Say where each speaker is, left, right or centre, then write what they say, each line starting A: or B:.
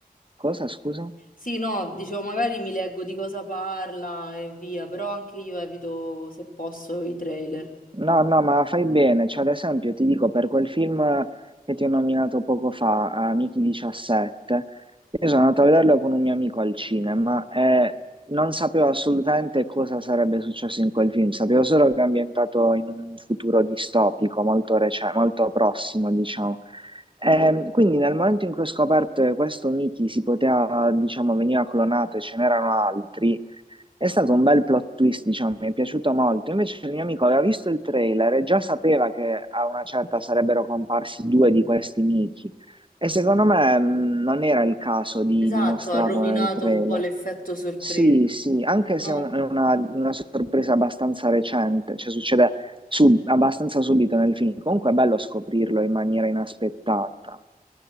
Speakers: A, on the right; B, on the left.
A: Cosa, scusa?
B: Sì, no, dicevo, magari mi leggo di cosa parla e via, però anche io evito, se posso, i trailer.
A: No, no, ma fai bene. Cioè, ad esempio, ti dico, per quel film che ti ho nominato poco fa, Amici 17, io sono andato a vederlo con un mio amico al cinema e non sapevo assolutamente cosa sarebbe successo in quel film. Sapevo solo che è ambientato in un futuro distopico, molto rece- molto prossimo, diciamo. Ehm, quindi nel momento in cui ho scoperto che questo Mickey si poteva, diciamo, veniva clonato e ce n'erano altri, è stato un bel plot twist, diciamo, mi è piaciuto molto. Invece il mio amico aveva visto il trailer e già sapeva che a una certa sarebbero comparsi due di questi Mickey. E secondo me mh, non era il caso di,
B: Esatto,
A: di mostrarlo
B: ha rovinato
A: nel trailer.
B: un po' l'effetto sorpresa.
A: Sì, sì, anche
B: No,
A: se è un- è una, una sorpresa abbastanza recente, cioè succede su- abbastanza subito nel film. Comunque è bello scoprirlo in maniera inaspettata.